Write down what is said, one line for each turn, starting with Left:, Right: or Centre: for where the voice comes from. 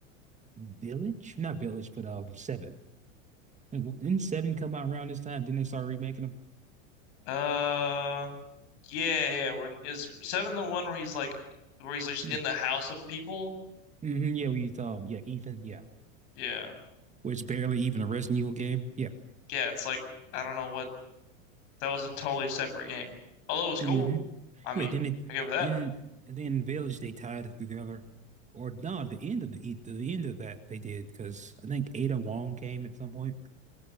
Right: Village, not Village, but um Seven. Like, didn't Seven come out around this time? Didn't they start remaking them?
Left: Uh, yeah, yeah. When is seven the one where he's like, where he's like, just
Right: Yeah,
Left: in the house of people?
Right: hmm yeah, we um yeah Ethan, yeah,
Left: Yeah,
Right: where it's barely even a Resident Evil game. Yeah.
Left: yeah. It's like I don't know what that was a totally separate game. Although it was
Right: hmm
Left: cool. I mean,
Right: Yeah, then it
Left: I give it that.
Right: in and then Village they tied it together. Or no, the end of the e- the end of that they did because I think Ada Wong came at some point.